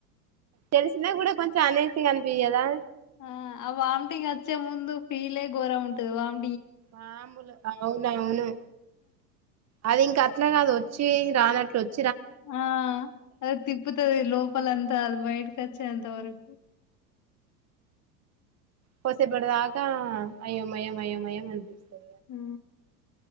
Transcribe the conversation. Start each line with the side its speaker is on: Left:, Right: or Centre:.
Right: తెలిసినా కూడా కొంచెం అనేసిగా అనిపియ్యదా.
Left: ఆ ఆ వామిటింగ్ వచ్చే ముందు ఫీల్ ఏ ఘోరంగా ఉంటది వమ్.
Right: ఆ అమ్ములు లంగా వోని అవును అది ఇంకా. అట్లా కాదు వచ్చి రానట్లు వచ్.
Left: ఆ అది తిప్పుతది లోపల్ అంత అది బయటికి వచ్చే అంతా వరకు.
Right: కోసైపడదాక అయో మయం అయ్యోమయం అనిపిస్తది.
Left: ఆ.